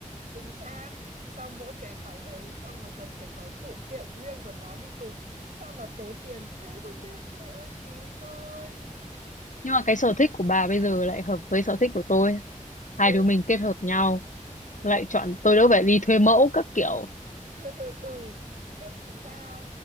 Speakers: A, on the right; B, on the left.
A: chính xác. Xong mỗi cái váy đấy xong rồi cần phải có phụ kiện riêng của nó đi cùng. Sao mà tốn tiền thế không biết, trời ơi cứu tôi.
B: nhưng mà cái sở thích của bà bây giờ lại hợp với sở thích của tôi hai
A: Ừ,
B: đứa mình kết hợp nhau
A: đúng.
B: lại chọn tôi đỡ phải đi thuê mẫu các kiểu
A: <laughs> ừ Ê, chính ra